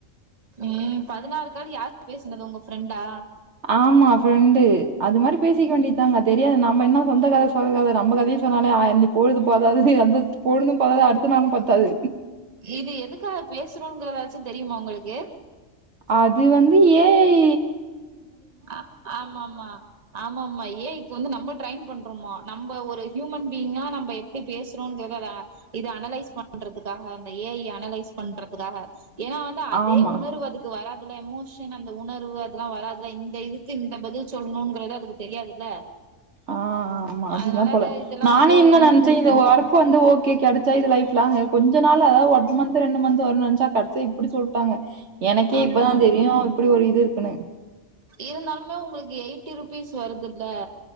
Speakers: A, on the right; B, on the right.
A: ம் பதினாறுக்கால் யார் பேசினதோ உங்க ஃப்ரெண்டா
B: ஆமா ஃப்ரெண்டு அது மாரி பேசிக்க வேண்டியதாங்க தெரியாது நம்ம என்ன சொந்த கத சோக கத நம்ம கதைய சொன்னாலே ஆ நீ பொழுது போதாது அந்த பொழுதும் போதாது அடுத்த நாளும் பத்தாது
A: இது எதுக்காக பேசுறோங்கறதாச்சு தெரியுமா உங்களுக்கு
B: அது வந்து ஏ ஐ
A: ஆ ஆமாமா ஆமாமா ஏ ஐ இ வந்து நம்ம ட்ரெயின் பண்றோமா நம்ம ஒரு ஹியூமன் பீயிங்கா நம்ம எப்டி பேசுறோங்கறத அத இது அனலைஸ் பண்றதுக்காக இந்த ஏ ஐ அனலைஸ் பண்றதுக்காக ஏனா வந்து அதே
B: ஆமா.
A: உணர்வு அதுக்கு வரா இதுல எமோஷன் அந்த உணர்வு அதெல்லா வராது இதுல இந்த இதுக்கு இந்த பதில் சொல்லணும்ங்கிறது அதுக்கு தெரியாதுல்ல
B: ஆ ஆமா அதுதா
A: அதனால
B: போல
A: அத இதெல்லா
B: நானே
A: வந்து
B: இன்னு
A: இன்ஃபார்ம்
B: நினைச்ச இந்த
A: பண்றது
B: ஒர்க் வந்து ஓகே கிடைச்சா இது லைப் லாங் கொஞ்ச நாளா ஒன் மன்த் ரெண் மந் வரனு நெனச் சா கடைசி இப்டி சொல்ட்டாங்க எனக்கே
A: ஆமா
B: இப்பதான் தெரியு இப்டி ஒரு இது இருக்குனு
A: இருந்தாலுமே உங்களுக்கு எயிட்டி ருபீஸ் வருதுல்ல